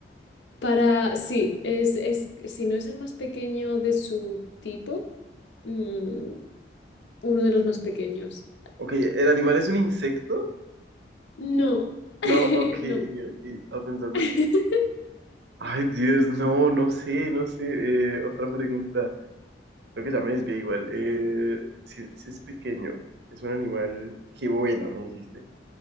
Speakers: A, on the left (about 85°); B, on the right (about 70°).
A: Para, sí, es, es, si no es el más pequeño de su tipo, mm, uno de los más pequeños.
B: Ok, ¿el animal es un insecto?
A: No, <laughs>
B: No, ok,
A: no.
B: ok, estaba pensando.
A: <laughs>
B: Ay, Dios, no, no sé, no sé. Eh, otra pregunta. Creo que ya me desvié igual. Eh, si, si es pequeño, es un animal que vuela, me dijiste.